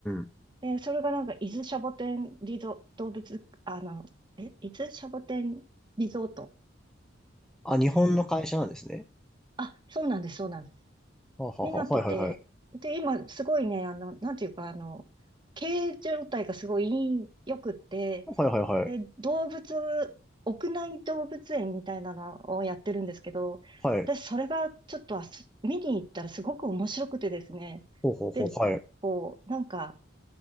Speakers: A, in the centre; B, on the right.
A: ん。
B: で、それがなんか、伊豆シャボテンリゾ、動物、あの、え、伊豆シャボテンリゾートっ
A: あ、日本の会社なんですね。
B: ていう、あ、そうなんです、そうなんです。
A: はあはあはあ、
B: になってて、
A: はい、はい、はい。
B: で、今、すごいね、あの、なんていうか、あの、経営状態がすごいいい良くって、
A: はい、はい、はい、
B: で、動物、屋内動物園みたいなのをやってるんですけど、
A: はい。
B: 私、それがちょっとあす見に行ったらすごく面白くてですね、
A: ほうほうほう、
B: で、
A: はい、
B: こう、なんか、